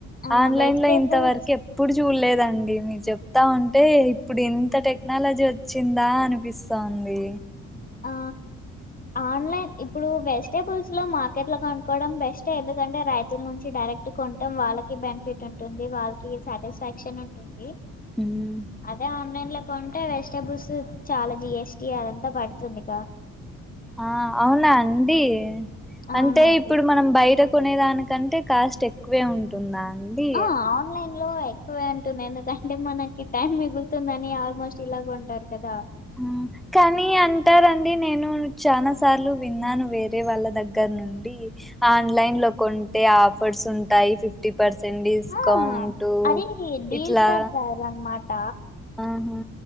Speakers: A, on the left; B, in the centre.
A: ఆ
B: ఆన్లైన్
A: వెజిటేబుల్స్
B: లో ఇంత్ ఎప్పుడు చూల్లేదండి మీరు చెప్తా ఉంటే ఇప్పుడు ఇంత టెక్నాలజీ వచ్ చిందా అనిపిస్సాంది.
A: ఆ ఆన్లైన్ ఇప్పుడూ వెజిటేబుల్స్ లో మార్కెట్ లో కొనుక్కోవడం బెస్టే ఎందుకంటే రైతుల నుంచి డైరెక్ట్ క్టు కొంటాం వాళ్ళకి బెనిఫిట్ ఉంటుంది వాళ్ళకి సాటిస్ఫాక్షన్ ఉంటుంది
B: హ్మ్.
A: అదే ఆన్లైన్ లో కొంటే వెజిటబుల్సు చాలా జిఎస్టి అదంతా పడు తుందిగా
B: ఆ అవునా అండీ
A: అవునండి
B: అంటే ఇప్పుడు మనం బయట కొనే దానికంటే కాస్ట్ ఎక్కువే ఉంటుందా అండీ
A: ఆ ఆన్లైన్ లో తు అంటున్నా ఎందుకంటే మనకి టైం మిగులుతుందని ఆల్మోస్ట్ ఇలాగుంటారు కదా
B: హ్మ్. కానీ అంటారండి నేను చానా సార్లు విన్నాను వేరే వాళ్ళ దగ్గర నుండి ఆన్లైన్ లో కొంటే ఆఫర్స్ ఉంటాయి ఫిఫ్ టీ ఫర్సంట్ డిస్కౌంట్
A: ఆ అది డీల్స్
B: ఇట్లా
A: పెడతారు అనమాట
B: ఆహా